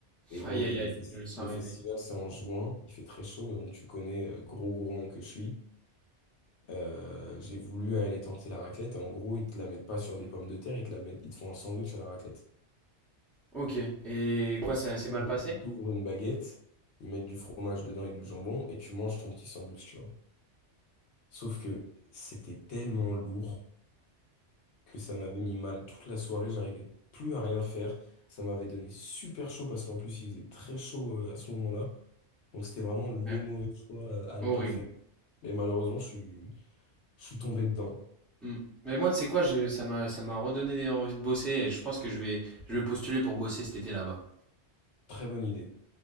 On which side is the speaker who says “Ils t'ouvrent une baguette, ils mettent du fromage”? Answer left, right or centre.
Left